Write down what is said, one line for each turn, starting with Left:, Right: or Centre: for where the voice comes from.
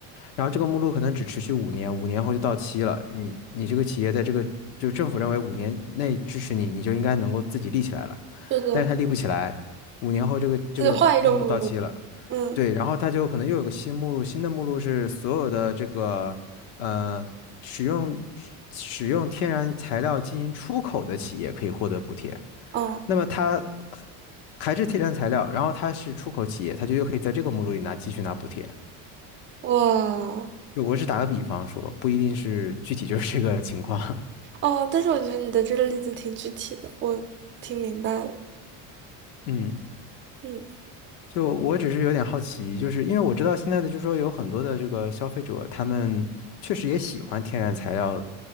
Left: 然后这个目录可能只持续五年，五年后就到期了。你你这个企业在这个就政府认为五年内支持你，你就应该能够自己立起来了，
Right: 对的，
Left: 但是他立不起来，五年后这个这个目录到期了，
Right: 他就换一个目录。嗯
Left: 对，然后他就可能又有个新目录，新的目录是所有的这个呃使用使使用天然材料进行出口的企业可以获得补贴，
Right: 嗯，
Left: 那么它还是天然材料，然后它是出口企业，它就又可以在这个目录里拿继续拿补贴。
Right: 哇
Left: 就我只打个比方说，不一定是具体就是这个情况。
Right: 哦，但是我觉得你的这个例子挺具体的，我听明白了。
Left: <laughs> 嗯，
Right: 嗯
Left: 就我只是有点好奇，就是因为我知道现在的，就是说有很多的这个消费者，他们确实也喜欢天然材料